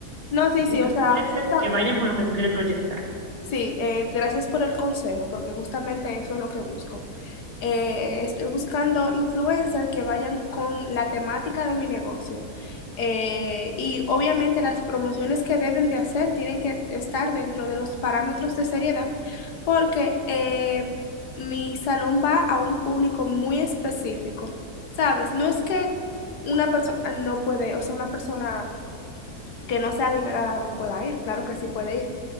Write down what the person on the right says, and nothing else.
Busca-
puede
ser que vayan con lo que tú quieres proyectar.